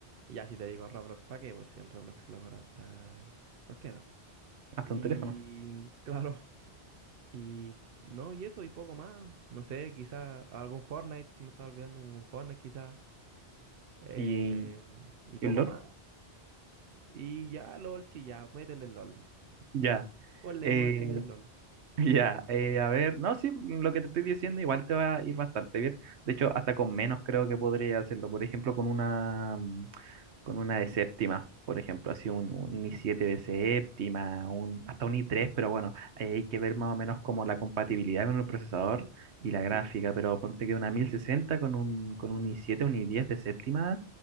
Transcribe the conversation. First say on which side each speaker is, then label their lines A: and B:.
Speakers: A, on the right; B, on the right.
A: Y ya si te digo Roblox, ¿para qué? Pues si el Roblox lo corre hasta cualquiera.
B: hasta
A: Y
B: un teléfono.
A: <laughs> claro, Y no, y eso y poco más. No sé, quizá algún Fortnite, se me estaba olvidando un Fortnite quizá. eh,
B: Y,
A: y poco
B: y un LOL,
A: más. Y ya LOL, sí, ya, métele el LOL.
B: ya.
A: Ponle
B: Eh,
A: que va a streamear LOL.
B: <laughs> Ya, eh, a ver, no, sí, lo que te estoy diciendo igual te va a ir bastante bien. De hecho, hasta con menos creo que podría hacerlo. Por ejemplo, con una, con una de séptima, por ejemplo, así un, un i N I 7 de séptima, un, hasta un i tres, pero bueno, ahí hay que ver más o menos como la compatibilidad con el procesador y la gráfica,
A: Sí, po.
B: pero ponte que una 1060 con un, con un i7, un i diez de séptima,